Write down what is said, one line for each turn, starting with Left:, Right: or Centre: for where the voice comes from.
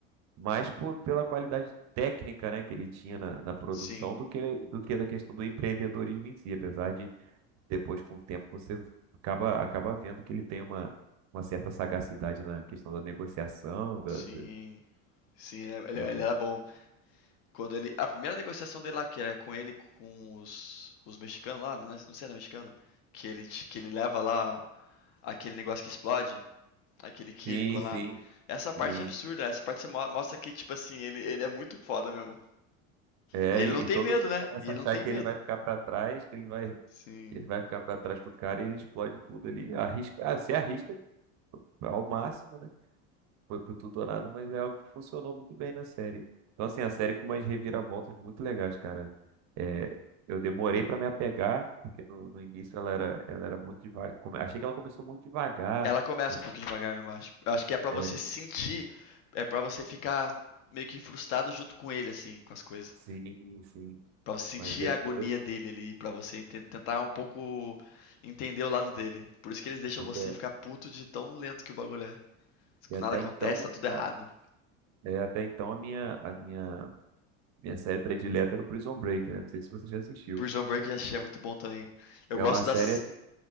Right: mais por, pela qualidade técnica, né, que ele tinha na, na produção
Left: sim.
Right: do que, do que da questão do empreendedorismo em si, apesar de depois, com o tempo, você acaba, acaba vendo que ele tem uma, uma certa sagacidade na questão da negociação, da,
Left: Sim,
Right: da-
Left: sim, ele, ele-
Right: de
Left: ele
Right: uma-
Left: era bom. Quando ele, a primeira negociação dele lá, que é com ele, com os, os mexicanos lá, não, é- não sei se era mexicano, que ele, te- que ele leva lá aquele negócio que explode, aquele químico
Right: Sim,
Left: lá.
Right: sim,
Left: Essa parte
Right: sim.
Left: é absurda, essa parte você mo- mostra que, tipo assim, ele, ele é muito foda mesmo.
Right: É,
Left: E ele
Right: e,
Left: não tem
Right: e todo
Left: medo,
Right: mundo
Left: né?
Right: começa
Left: E ele
Right: a achar
Left: não tem
Right: que
Left: medo.
Right: ele vai ficar para trás, que ele vai, que
Left: Sim.
Right: ele vai ficar para trás pro cara e ele explode tudo ali, arrisca, ah, se arrisca ao máximo, né? foi pro tudo ou nada, mas é algo que funcionou muito bem na série. Então, assim, a série com umas reviravoltas muito legais, cara. É, eu demorei pra me apegar, porque no, no início ela era, ela era muito devagar. Achei que ela começou muito devagar.
Left: Ela começa
Right: uns-
Left: um pouco devagar mesmo, acho. Eu acho que é pra
Right: É,
Left: você sentir, é pra você ficar meio que frustrado junto com ele, assim, com as coisas.
Right: sim, sim.
Left: Pra você sentir
Right: Mas depois,
Left: a agonia dele ali, pra você enten- tentar um pouco entender o lado dele. Por isso que eles deixam
Right: porque
Left: você ficar puto de tão lento que o bagulho é.
Right: e até
Left: Nada acontece,
Right: então,
Left: tá tudo errado.
Right: a- é, até então a minha, a minha, minha série predileta era o Prison Break, né? Não sei se você já assistiu.
Left: Prison Break eu já achei é muito bom também. Eu
Right: É
Left: gosto
Right: uma
Left: das.
Right: série assim,